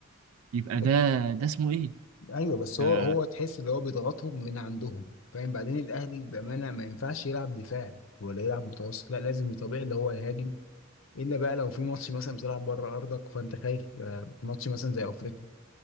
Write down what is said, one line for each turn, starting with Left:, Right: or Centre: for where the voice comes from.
Right: يبقى
Left: ب...
Right: ده ده اسمه إيه؟
Left: ايوه بس هو
Right: ده
Left: هو تحس اللي هو بيضغطهم من عندهم فاهم بعدين الاهلي بامانه ما ينفعش يلعب دفاع ولا يلعب متوسط لا لازم طبيعي اللي هو يهاجم الا بقى لو في ماتش مثلا بتلعب بره ارضك فانت خايف آه، ماتش مثلا زي افريقيا